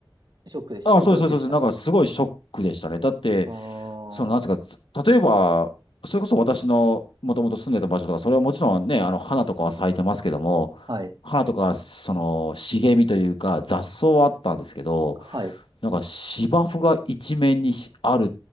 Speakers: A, on the right (about 55°); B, on the left (about 80°).
A: ショックでした。
B: あ、
A: 驚きでした。
B: そうですそうですそうです。なんかすごいショックでしたね。だって、
A: ああ、
B: その、なんですか、
A: は
B: 例えば、それこそ私のもともと住んでた場所とか、それはもちろんね、あの、花とかは咲いてますけども、
A: い、
B: 花とか、その、茂みというか、雑草はあったんですけど、
A: はい。
B: なんか芝生が一面にあるっ